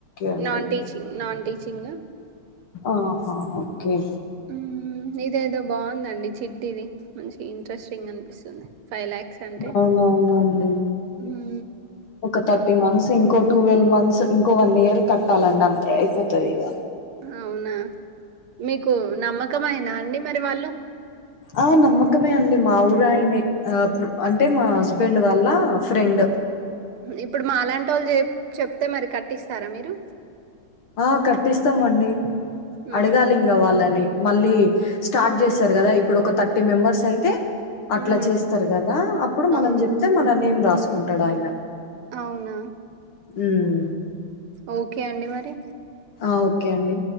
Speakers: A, on the left (about 70°); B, on the right (about 75°).
A: అండి.
B: నాన్ టీచింగ్ నాన్ టీచింగ్
A: ఆహా ఓకే
B: మ్మ్ ఇదేదో బాగుందండి చిట్టి ఇది మంచి ఇంట్రెస్టింగ్ అని ది ఫైవ్ ల్యాక్స్ అంటే
A: అవునవునండి.
B: ఉం
A: ఒక మంత్స్, ఇంకో టు వెల్వ్ మంత్స్ ఇంకో వన్ ఇయర్ కట్టాలండి అంతే అయిపోతది ఇగ
B: అవునా మీకు నమ్మకమేయినా అండి మరి వాళ్ళు
A: ఆ నమ్మకమే అండి మా ఊరాయనే అంటే మా హస్బెండ్ వాళ్ల ఫ్రెండ్
B: ఇప్పుడు మాలాంటి వాళ్ళు చె చెప్తే మరి కట్టిస్తారా మీరు
A: ఆ కట్టిస్తామండి
B: హుహు.
A: అడగాలి ఇంగా వాళ్ళని మళ్ళీ స్టార్ట్ చేశారు కదా ఇప్పుడు ఒక థర్టీ మెంబర్స్ అయితే అట్లా
B: హ్మ్.
A: చేస్తారు కదా అప్పుడు మనం
B: అవును.
A: చెప్తే మన నేమ్ రాసుకుంటాడు ఆయన
B: అవునా
A: ఉం
B: ఓకే అండి మరి
A: ఓకే అండి